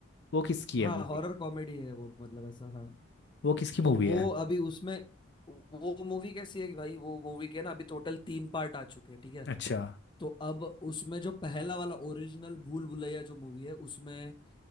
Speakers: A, on the left; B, on the left.
A: वो किसकी
B: हाँ
A: है मूवी
B: हॉरर कॉमेडी है वो मतलब ऐसा हाँ
A: वो किसकी मूवी
B: तो वो
A: है
B: अभी उसमें वो मूवी कैसी है कि भाई वो मूवी के ना अभी टोटल तीन पार्ट आ चुके हैं ठीक है
A: अच्छा
B: तो अब उसमें जो पहला वाला ओरिजिनल भूल भुलैया जो मूवी है उसमें